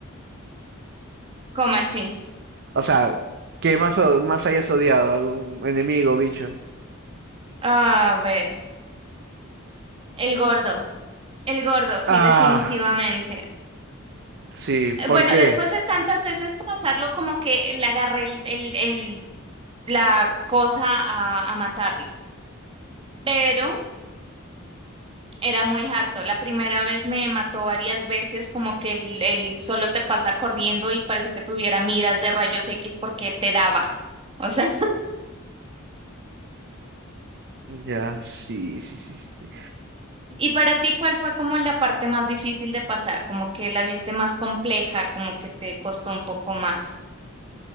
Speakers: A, on the right; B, on the right.
A: ¿Cómo así?
B: O sea, ¿qué más, o- más hayas odiado? ¿Algún enemigo, bicho?
A: A ver, el gordo. El gordo, sí,
B: Ah,
A: definitivamente.
B: sí,
A: Eh,
B: ¿por
A: Bueno,
B: qué?
A: después de tantas veces pasarlo, como que le agarré el, el- el- la cosa a, a matarlo. Pero era muy harto. La primera vez me mató varias veces, como que el, el solo te pasa corriendo y parece que tuviera miras de rayos X porque te daba. O sea.
B: Ya, sí, sí, sí, sí. sí.
A: Y para ti, ¿cuál fue como la parte más difícil de pasar? Como que la viste más compleja, como que te costó un poco más